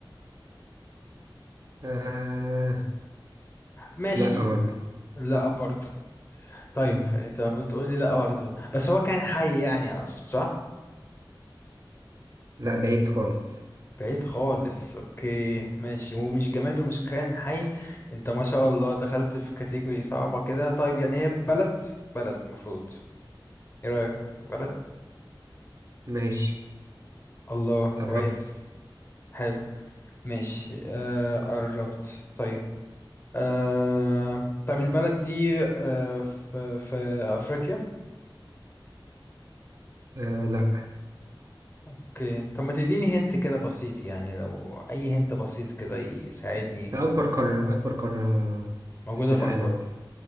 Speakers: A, on the right; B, on the left.
A: آه
B: ماشي
A: لا برضه
B: لا برضه طيب
A: مم.
B: انت بتقول لي لا برضه بس هو كان حي يعني اقصد صح
A: لا بعيد خالص
B: بعيد خالص اوكي ماشي ومش جماد ومش كائن حي انت ما شاء الله دخلت في كاتيجوري صعبة كده طيب يعني هي بلد بلد المفروض ايه رأيك بلد
A: ماشي
B: الله كويس
A: قرب
B: حلو ماشي آه قربت طيب آه طيب البلد دي آه في في افريقيا
A: آه لا
B: اوكي طب ما تديني هنت كده بسيط يعني لو اي هنت بسيط كده يساعدني
A: أكبر قارة أكبر قارة
B: موجودة
A: في العالم
B: في اكبر
A: أصلا